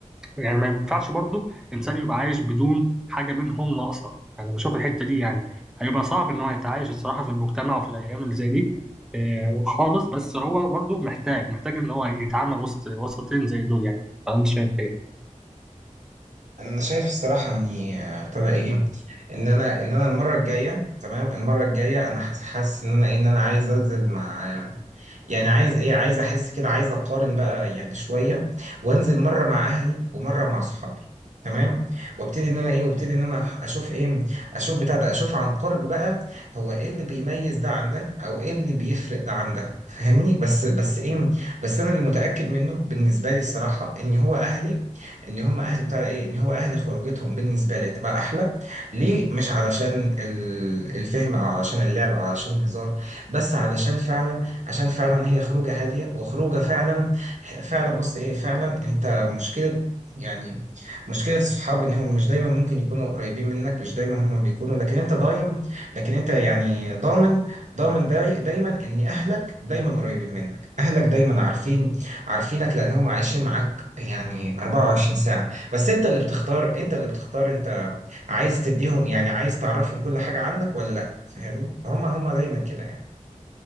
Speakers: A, in the centre; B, on the right.
A: يعني ما ينفعش برضو إنسان يبقى عايش بدون حاجة منهم ناقصة أنا بشوف الحتة دي يعني هيبقى صعب إن هو يتعايش الصراحة في المجتمع وفي الأيام اللي زي دي آه، خالص بس هو برضو محتاج محتاج إن هو يتعامل وسط وسطين زي دول يعني أنت شايف إيه؟
B: انا شايف الصراحه اني آه، ابتدى ايه ان انا ان انا المره الجايه تمام المره الجايه انا حاس- حاسس ان انا ايه ان انا عايز انزل مع آه، يعني عايز ايه عايز احس كده عايز اقارن بقى يعني شويه وانزل مره مع اهلي ومره مع صحابي تمام وابتدي ان انا ايه وابتدي ان انا اشوف ايه اشوف بتاع ده اشوف عن قرب بقى هو ايه اللي بيميز ده عن ده او ايه اللي بيفرق ده عن ده فاهمني بس بس ايه بس انا اللي متاكد منه بالنسبه لي الصراحه ان هو اهلي ان هم اهل بتاع ايه ان هو اهل خروجتهم بالنسبه لي تبقى احلى ليه مش علشان ال- الفهم او علشان اللعب او علشان الهزار بس علشان فعلا عشان فعلا هي خروجه هاديه وخروجه فعلا فعلا بص ايه فعلا انت مشكله يعني مشكلة الصحاب إن هم مش دايما ممكن يكونوا قريبين منك مش دايما هم بيكونوا لكن أنت ضايم لكن أنت يعني ضامن ضامن داي دايما إن أهلك دايما قريبين منك أهلك دايما عارفين عارفينك لأن هم عايشين معاك يعني 24 ساعة بس انت اللي بتختار انت اللي بتختار انت عايز تديهم يعني عايز تعرفهم كل حاجة عنك ولا لا فاهمني فهم هم دايما كده يعني